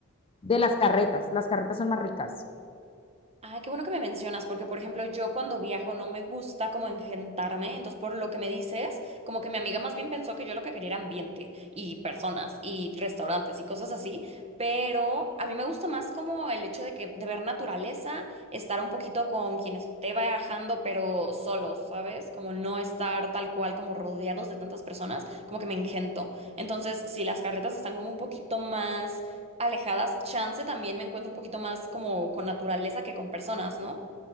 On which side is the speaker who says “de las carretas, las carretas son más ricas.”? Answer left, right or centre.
Left